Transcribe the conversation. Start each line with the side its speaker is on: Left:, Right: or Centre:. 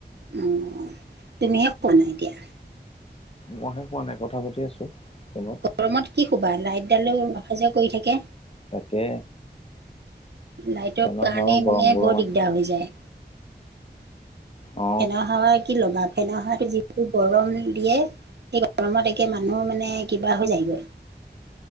Right: উমম তুমিহে পোৱা নাই এতিয়া।
Left: মইহে কোৱা নাই কথা পাতি আছো ফোনত।
Right: গৰমত কি শুবা লাইটডালেও অহা যোৱা কৰি থাকে।
Left: তাকে।
Right: নাইটোৰ
Left: ফেনৰ
Right: কাৰণে
Left: হাৱা গৰম
Right: মানে
Left: গৰম
Right: বৰ দিগদাৰ
Left: আহে
Right: হৈ যায়।
Left: অ
Right: ফেন হাৱা কি ল'বা ফেন হাৱাটো যিহটো গৰম দিয়ে। এই গৰমত একে মানুহ মানে কিবা হৈ যায়গৈ